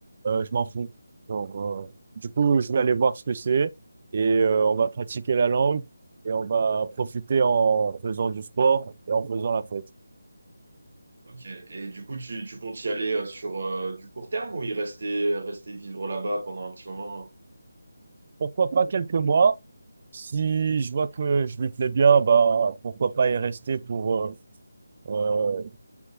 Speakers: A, on the right; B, on the right.
A: euh, je m'en fous. Donc, euh, du coup, je vais aller voir ce que c'est et euh, on va pratiquer la langue et on va profiter en faisant du sport et en faisant la fête.
B: Ok. Et du coup, tu, tu comptes y aller euh, sur euh, du court terme ou y rester, rester vivre là-bas pendant un petit moment?
A: Pourquoi pas quelques mois? Si je vois que je lui plais bien, bah pourquoi pas y rester pour euh, euh,